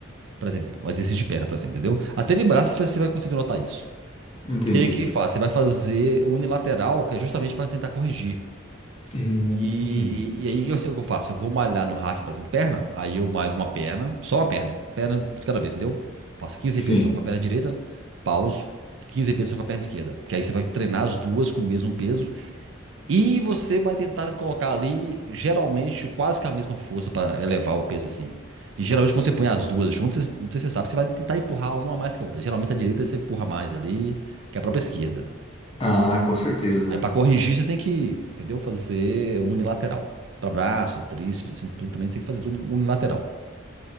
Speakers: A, on the right; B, on the left.
A: Por exemplo, um exercício de perna, por exemplo, entendeu? Até de braço você vai conseguir notar isso.
B: entendi.
A: E aí o que que faz? Você vai fazer unilateral, que é justamente para tentar corrigir.
B: Hum,
A: E, e aí eu sei o que eu faço. Eu vou malhar no hack, por exemplo, perna. Aí eu malho uma perna, só uma perna. Perna de cada vez, entendeu? Faço quinze
B: sim.
A: repetições com a perna direita, pauso, 15 repetições com a perna esquerda. Que aí você vai treinar as duas com o mesmo peso e você vai tentar colocar ali, geralmente, quase que a mesma força para elevar o peso assim. E geralmente, quando você põe as duas juntas, você- não sei se você sabe, você vai tentar empurrar uma mais que a outra. Geralmente, a direita você empurra mais ali que a própria esquerda.
B: Ah, com certeza.
A: Aí, para corrigir, você tem que, entendeu? Fazer unilateral. Para braço, tríceps, assim, tudo também tem que fazer tudo unilateral.